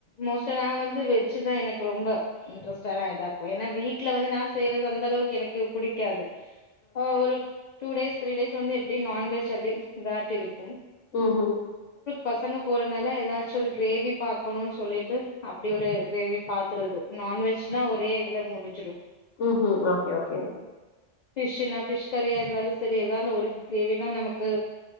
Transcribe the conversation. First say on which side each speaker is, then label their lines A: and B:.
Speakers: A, on the left; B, on the left.
A: மோஸ்டா நா வந்து வெஜ்ஜுதா எனக்கு ரொம்ப இன்ட்ரெஸ்டான இதாக்கு ஏன்னா வீட்டுல வந்து நா செய்யறது அந்த அளவுக்கு எனக்கு புடிக்காது ஆ ஒரு டூ டேஸ் திரி டேஸ் வந்து எப்டி நான்வெஜ் அப்டி இதாட்டு இருக்கு
B: ம் ஹ்ம்
A: பசங்க போறதுனால ஏதாச்சு ஒரு கிரேவி பார்கக்கணும் சொல்லிட்டு அப்டி ஒரு கிரேவி பாத்துருது நான்வெஜ்னா ஒரே இதுல முடிஞ்சிடு
B: ம் ஹ்ம் ஓகே ஓகே
A: பிஷ்னா பிஷ் கரியா இருந்தாலு சரியதாவது ஒரு தேவைனா நமக்கு